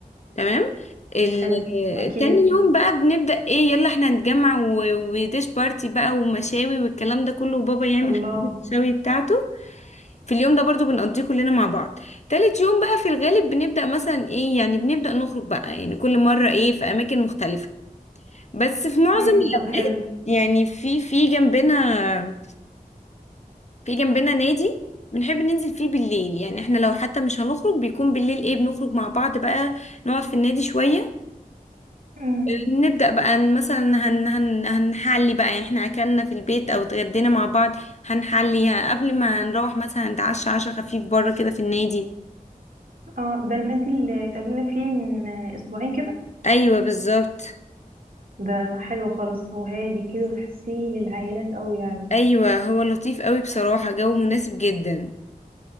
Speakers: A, on the left; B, on the right.
A: تمام ال-
B: حلو اكيد
A: آه، تاني يوم بقى بنبدا ايه يلا احنا نتجمع و- وديش بارتي بقى ومشاوي والكلام ده كله وبابا يعمل
B: الله
A: حفله الشوي بتاعته في اليوم ده برضو بنقضيه كلنا مع بعض تالت يوم بقى في الغالب بنبدأ مثلا ايه يعني بنبدأ نخرج بقى يعني كل مرة ايه في أماكن مختلفة بس في معظم
B: امم
A: الأوقات
B: طب حلو
A: يعني في في جنبنا في جنبنا نادي بنحب ننزل فيه بالليل يعني احنا لو حتى مش هنخرج بيكون بالليل ايه بنخرج مع بعض بقى نقعد في النادي شوية
B: امم
A: نبدأ بقى ن- مثلا هن هن هنحلي بقى يعني احنا اكلنا في البيت او اتغدينا مع بعض هنحلي قبل ما نروح مثلا نتعشى عشاء خفيف بره كده في النادي
B: اه ده النادي اللي اتقابلنا فيه من اسبوعين كده
A: ايوه بالظبط
B: ده حلو خالص هو هادي كده وتحسيه للعائلات قوي يعني
A: ايوه هو لطيف قوي بصراحة جو مناسب جدا